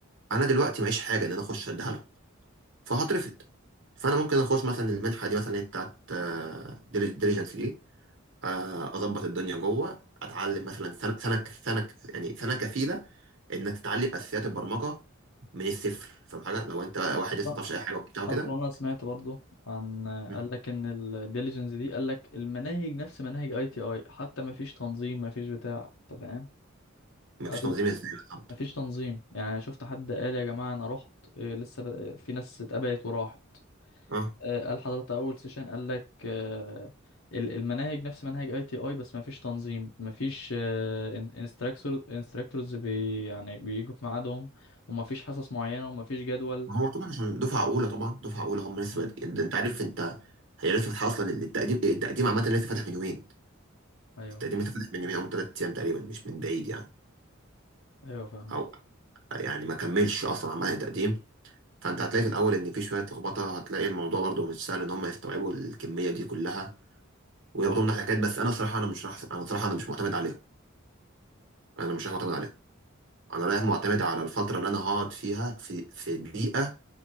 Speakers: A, on the right; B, on the left.
A: انا دلوقتي معيش حاجه ان انا اخش اديها لهم فهترفض فانا ممكن اخش مثلا المنحه دي مثلا اللي هي بتاعت ديليجنس دي آه، اظبط الدنيا جوه اتعلم مثلا سنه سنه سنة- يعني سنه كفيله انك تتعلم اساسيات البرمجه من الصفر فاهم حاجه لو انت واحد
B: أص-
A: لسه ما تعرفش اي حاجه وبتاع
B: اصلا
A: كده
B: انا سمعت برضو عن
A: مم.
B: قال لك ان الديليجنس دي قال لك المناهج نفس مناهج اي تي اي حتى ما فيش تنظيم ما فيش بتاع انت فاهم
A: مفيش
B: قال-
A: تنظيم ازاي بالظبط
B: ما فيش تنظيم يعني أنا شفت حد قال يا جماعه انا رحت إيه، لسه ب... آه، في ناس اتقبلت وراحت
A: اه
B: آه، قال حضرتك اول سيشن قال لك آه، ال- المناهج نفس مناهج اي تي اي بس ما فيش تنظيم ما فيش انستراكتورز بي يعني بيجوا في ميعادهم وما فيش حصص معينه وما فيش جدول
A: ما هو طبعا عشان دفعه اولى طبعا دفعه اولى هم لسه
B: مم.
A: بادئين انت عارف انت هي لسه فاتحه اصلا التقديم التقديم عامه لسه فاتح من يومين
B: ايوه
A: التقديم اتفتح من يومين او من ثلاث ايام تقريبا مش من بعيد يعني
B: ايوه فاهم
A: او يعني ما كملش اصلا عمال التقديم فانت هتلاقي في الاول ان في شويه لخبطه هتلاقي الموضوع برضو مش سهل ان هم يستوعبوا الكميه دي كلها ويربطوا منها حاجات بس انا صراحه انا مش راح انا صراحه انا مش معتمد عليهم انا مش رايح معتمد عليهم انا رايح معتمد على الفتره اللي انا هقعد فيها في في بيئه